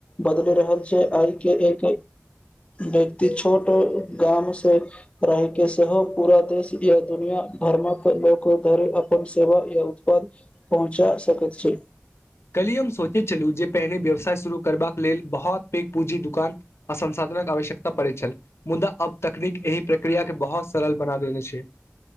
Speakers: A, on the left; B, on the left.
A: बदल रहल छै आइ के एक व्यक्ति छोट गाम से रहैके सेहो पूरा देश या दुनिया भर्मख धरि अपन सेव य उत्पाद पहुँचा सकैत छी
B: कली हम सोचे छलू जे पहिने व्यवसाय शुरू करबाक लेल बहुत पैघ पूँजी दु ान असंसाधनक आवश्यकता पड़ैत छल मुदा अब तकनीक एहि प्रक्रिया के बहुत सरल बना देने छै